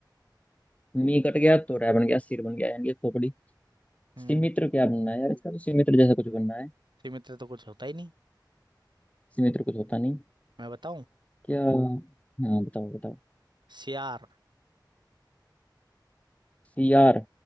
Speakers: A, on the left; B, on the right.
A: मी कट गया तो रै बन गया सिर बन गया यानी ये खोपड़ी
B: हम्म,
A: सिमित्र क्या बनना है यार इसका तो सिमित्र जैसा कुछ बनना है
B: सीमित तो कुछ होता ही नहीं
A: सिमित्र कुछ होता नहीं
B: मैं बताऊं
A: क्या हाँ बताओ बताओ
B: सियार
A: सियार